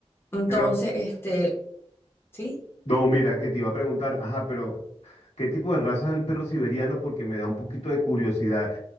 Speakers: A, on the left (about 20°); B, on the left (about 75°).
A: Entonces,
B: Pero,
A: este, sí,
B: no, mira, que te iba a preguntar, ajá, pero ¿qué tipo de raza es el perro siberiano? Porque me da un poquito de curiosidad.